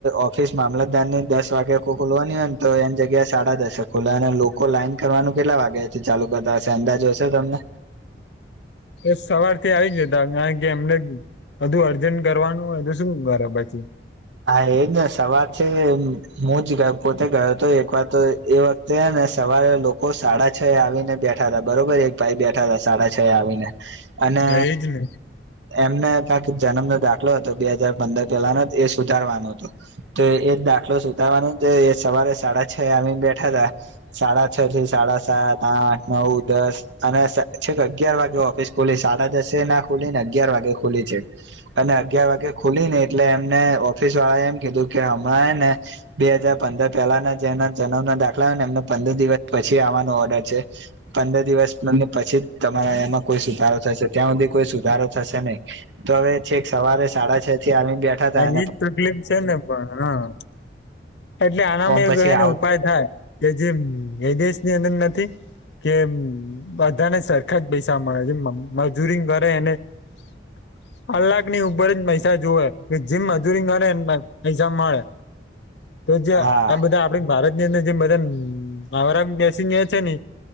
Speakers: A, on the right; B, on the left.
A: ઓફિસ મામલતદાર ની દસ વાગે ખોલવાની હોય ને તો એની જગ્યા સાડા દસે ખુલા અને લોકો લાઈન કરવાનું કેટલા વાગ્યાથી ચાલુ કરતા હશે અંદાજો હશે તમને?
B: એ સવારથી આવી જતા આય ગેમ બધું અર્જન્ટ કરવાનું હોય તો શું કરે પછી.
A: હા એજ ને સવાર છે હું જ પોતે ગયો હતો એક વાર તો એ વખતે ને સવારે લોકો સાડા છ આવીને બેઠા તા બરોબર એક ભાઈ બેઠા તા સાડા છ આવીને. અને
B: હા એજ ને
A: એમને કાક જન્મનો દાખલો હતો બે હાજાર પંદર પહેલાનો સુતારવાનું હત તો એ દાખલો સુતાારવાનો તો એ સવારે સાડા છ આવીમ બેઠા હતા સાડા છ થી સાડા સાત આઠ નવ દસ અને છે કે અગિયાર વાગે ઓફિસ ખોલી સાડા દસે ના ખુલીને અગિયાર વાગે ખુલી છે અને અગયાર વાગે ખુલી ને એટલે એમને હોફીસ વાળા એમ કીધું કે હમણાં એને બે હાજાર પંદર પહેલાના જેના જન્મ ના દાખલાને એમ પંદર દિવસ પછી આવવાનો ઓર્ડર છે પંદર દિવસ પછી તમારા એમાં કોઈ સુધારો થશે ત્યાં સુધી કોઈ સુધારો થશે નહી તો હવે છેક સવારે સાડા છ થી આવી બેઠા તા
B: એજ તકલીફ છે ને પણ હા એટલે આનામાં
A: ઓમ પછી
B: એક એનો
A: આવ
B: ઉપાય થાય કે જે એ દેશ ની અંદર નથી કે બધાને સરખા જ પૈસા મળે છે મજૂરી કરે એને <inaudible> કલાક ની ઉપર જ પૈસા જોવે જીમ મજૂરી કરે પૈસા મળે તો જે
A: હા
B: આ બધા આપડ ભારત જેના જેમ બધા આરા બેસી છે ને